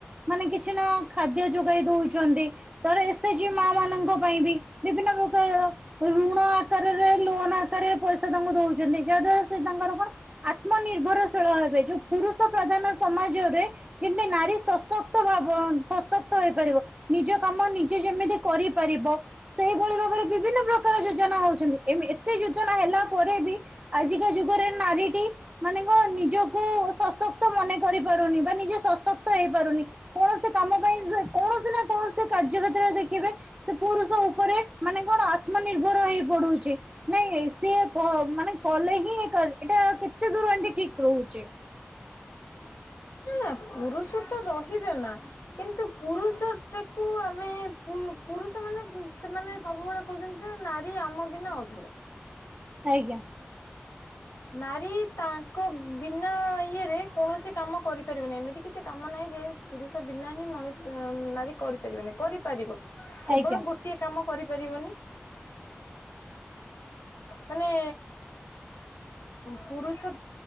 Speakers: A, on the right (about 30°); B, on the left (about 85°).
A: ମାନେ କିଛି ନା ଖାଦ୍ୟ ଯୋଗାଇ ଦଉଛନ୍ତି ତର ଏସେଜ୍ କି ମା ମାନଙ୍କ ପାଇଁ ବି ବିଭିନ୍ନ ପ୍ରକାର, ଋଣ ଆକାରରେ ଲୋନ ଆକାରରେ ପଇସା ତାଙ୍କୁ ଦଉଛନ୍ତି ଯାହା ଦ୍ଵାରା ସେ ତାଙ୍କର କଣ, ଆତ୍ମନିର୍ଭରଶୀଳ ହେବେ ଯୋଉ ପୁରୁଷ ପ୍ରଧାନ ସମାଜରେ, ଯେମତି ନାରୀ ସଶକ୍ତ ଭାବ ସଶକ୍ତ ହେଇପାରିବ ନିଜ କାମ ନିଜେ ଯେମିତି, କରିପାରିବ। ସେଇଭଳି ଭାବରେ ବିଭିନ୍ନ ପ୍ରକାର ଯୋଜନା ହଉଛନ୍ତି ଏତେ ଯୋଜନା ହେଲା ପରେ ବି ଆଜିିକା ଯୁଗରେ ନାରୀଟି ମାନେ କଣ ନିଜକୁ ସଶକ୍ତ ମନେ କରି ପାରୁନି ବା ନିଜେ ସଶକ୍ତ ହେଇ ପାରୁନି। କୌଣସି କାମ ପାଇଁ କୌଣସି ନା କୌଣସି କାର୍ଯ୍ୟ କେତ୍ରରେ ଦେଖିବେ ସେ ପୁରୁଷ ଉପରେ ମାନେ କଣ ଆତ୍ମନିର୍ଭର ହେଇ ପଡୁଛି। ନାଇଁ ସିଏ ମାନେ କଲେ ହିଁ ଏଟା କେତେ ଦୂର ଆଣ୍ଟି ଠିକ ରହୁଛି?
B: ନା ପୁରୁଷ ତ ରହିବେ ମା। କିନ୍ତୁ ପୁରୁଷ ଟାକୁ ଆମେ ପୁରୁଷ ମାନେ ସେମାନେ ସବୁବେଳେ କହୁଛନ୍ତି ଯେ ନାରୀ ଆମ ବିନା ଅଧୁରା।
A: ଆଜ୍ଞା।
B: ନାରୀ ତାଙ୍କ ବିନା ଇଏରେ କୌଣସି କାମ କରିପାରିବନି ଏମିତି କିଛି କାମ ନାହିଁ ଯେ ପୁରୁଷ ବିନା ହିଁ ମଣିଷ ନାରୀ କରିପାରିବେନି କରିପାରିବ କେବଳ
A: ଆଜ୍ଞା
B: ଗୋଟେ ଗୋଟିଏ କାମ କରିପାରିବନି ମାନେ ପୁରୁଷ